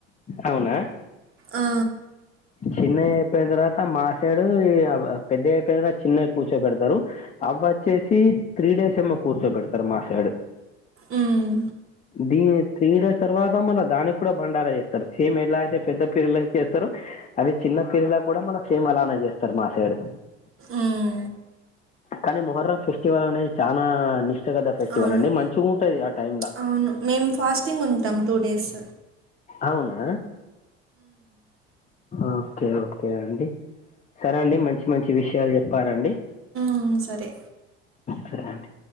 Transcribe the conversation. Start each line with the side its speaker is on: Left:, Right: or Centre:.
Left: అవునా
Right: ఆ,
Left: చిన్నవి అయిపోయిన తర్వాత మాసైడు పెద్దయి అయిపోయిన తరువాత చిన్నవి కూర్చో పెడతారు. అవ్వొచ్చేసి త్రీ డేస్ ఏమో కూర్చోబెడతారు మాసైడు.
Right: ఉమ్మ్
Left: దీ త్రీ డేస్ తర్వాత మళ్ళ దానికి కూడా బండారా జేస్తారు, సేమ్ ఎలా అయితే పెద్ద పిల్లలకి చేస్తారో అవి చిన్న పిల్లలకు కూడా మళ్ళ సేమ్ అలానే చేస్తారు మాసైడు.
Right: ఉమ్,
Left: కానీ మొహర్రం ఫెస్టివల్ అనేది చాలా నిష్టగథ ఫెస్టివల్
Right: అవును
Left: అండి, మంచిగా ఉంటది ఆ టైమ్ ల
Right: అవును మేము ఫాస్టింగ్ ఉంటాం టూ డేస్
Left: అవునా ఓకే ఓకే అండి, సరే అండి మంచిది మంచి విషయాలు చెప్పారండి
Right: ఊ సరే
Left: సరే అండి